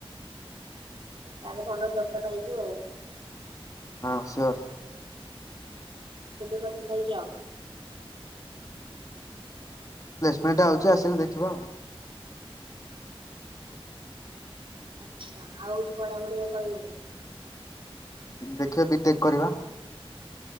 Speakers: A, on the right; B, on the left.
A: ତାାର ଭଲ ଜବ୍ ଟା ପାଇବୁ ଆଉ।
B: ହଁ ସାର୍।
A: <inaudible>
B: ପ୍ଲେସମେଣ୍ଟଆଉଛି ଆସିଲେ ଦେଖିବା ଆଉ।
A: ଆଚ୍ଛା ଆଉ ତୁ ପଢାପଢି କରିବୁନି
B: ଦେଖିବା ବିଟେକ୍ କରିବା।